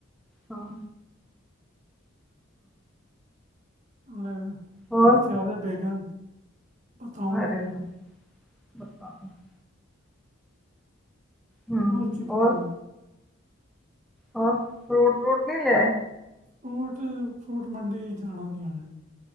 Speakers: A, in the centre; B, on the right.
A: ਹਾਂ
B: <unintelligible>
A: ਹੋਰ
B: ਭਰਤ ਵਾਲੇ ਬੇਗਨ ਬਤਾਉ
A: ਅਰੇ ਵਾਹ <unintelligible> ਹਮ
B: ਹੋ ਔਰ ਕੀ
A: ਹੋਰ
B: ਬਤਾਂਓ
A: ਹੋਰ ਫਰੂਟ-ਵਰੂਟ ਨਹੀਂ ਲੇਆਏ
B: ਫਰੂਟ, ਫਰੂਟ ਮੰਡੀ ਜਾਣਾ ਨਹੀਂ ਹਲੇ